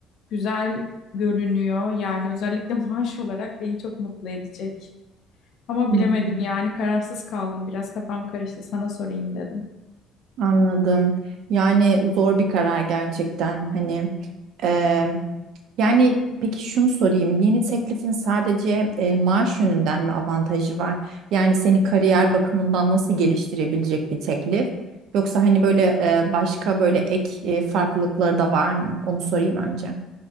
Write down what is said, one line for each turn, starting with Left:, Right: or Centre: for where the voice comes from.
Left: güzel görünüyor. Yani özellikle <laughs> maaş olarak beni çok mutlu edecek. Ama
Right: Hmm,
Left: bilemedim yani kararsız kaldım biraz kafam karıştı sana sorayım dedim.
Right: Anladım. Yani zor bir karar gerçekten. Hani e, yani peki şunu sorayım. Yeni teklifin sadece e, maaş yönünden mi avantajı var? Yani seni kariyer bakımından nasıl geliştirebilecek bir teklif? Yoksa hani böyle e, başka böyle ek e, farklılıkları da var mı? Onu sorayım önce.